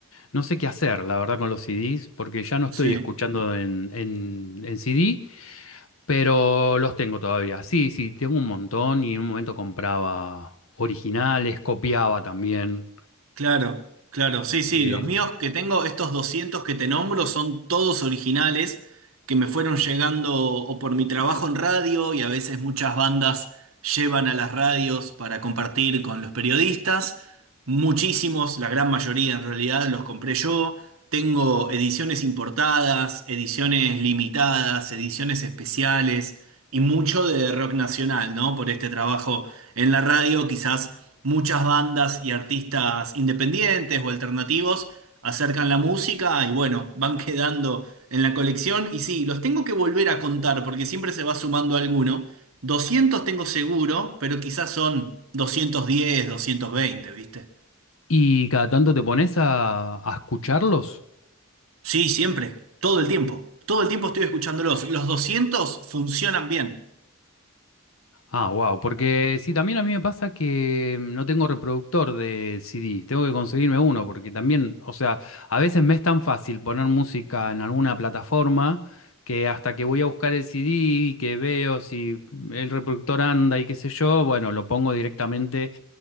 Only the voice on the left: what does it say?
no sé qué hacer, la verdad, con los CDs, porque ya no estoy
escuchando en, en, en CD, pero los tengo todavía. Sí, sí, tengo un montón y en un momento compraba originales, copiaba también.
Eh,
¿Y cada tanto te pones a, a escucharlos?
Ah, wow, porque sí, también a mí me pasa que no tengo reproductor de CD, tengo que conseguirme uno, porque también, o sea, a veces me es tan fácil poner música en alguna plataforma que hasta que voy a buscar el CD y que veo si el reproductor anda y qué sé yo, bueno, lo pongo directamente.